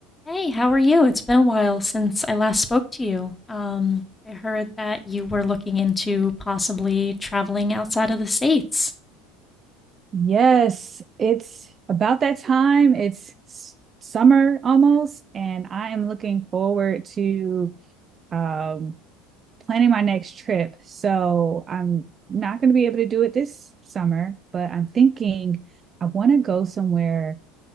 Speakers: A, on the left; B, on the right.
A: Hey, how are you? It's been a while since I last spoke to you. Um, I heard that you were looking into possibly traveling outside of the States.
B: Yes, it's about that time. It's s- summer almost, and I am looking forward to um, planning my next trip. So I'm not going to be able to do it this summer, but I'm thinking I want to go somewhere